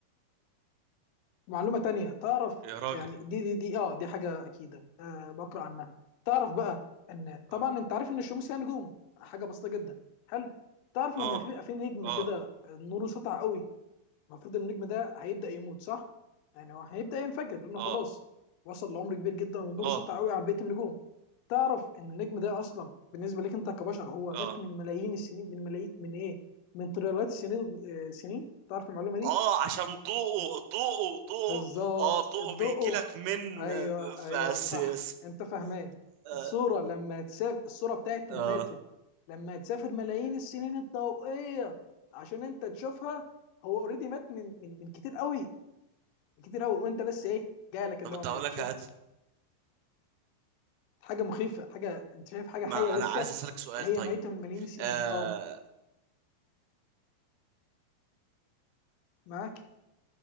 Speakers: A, on the left; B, on the right.
A: معلومة تانية تعرف
B: يا راجل
A: يعني دي دي دي اه دي حاجة أكيدة آه بقرأ عنها تعرف بقى إن
B: اه
A: طبعا أنت عارف إن الشمس هي نجوم حاجة بسيطة جدا حلو تعرف لما
B: اه
A: في بيبقى في نجم
B: اه
A: كده آه، نوره سطع قوي المفروض النجم ده هيبدا يموت صح؟ يعني هو هيبدا ينفجر لانه
B: اه
A: خلاص وصل لعمر كبير جدا ونوره
B: آه.
A: سطع قوي عن بقيه النجوم تعرف ان النجم ده اصلا بالنسبه لك انت كبشر هو مات
B: اه
A: من ملايين السنين من ملايين من ايه؟ من تريليونات السنين آه، سنين تعرف المعلومه دي؟
B: اه عشان ضوءه ضوءه ضوءه
A: بالظبط
B: اه ضوءه
A: الضوء
B: بيجي لك من
A: ايوه ايوه
B: اساس
A: صح انت فاهمان
B: آه
A: الصوره لما تسافر الصوره بتاعت
B: آه.
A: مماته لما تسافر ملايين السنين الضوئيه عشان انت تشوفها هو اوريدي مات من من من كتير قوي كتير قوي وانت لسه ايه جايلك اللي
B: طب انت
A: هو ميت
B: اقول لك
A: شفت
B: هات
A: حاجه مخيفه حاجه انت شايف حاجه
B: ما
A: حيه لسه
B: انا عايز اسالك سؤال
A: وهي
B: طيب
A: ميته من ملايين السنين
B: آه
A: اه معاك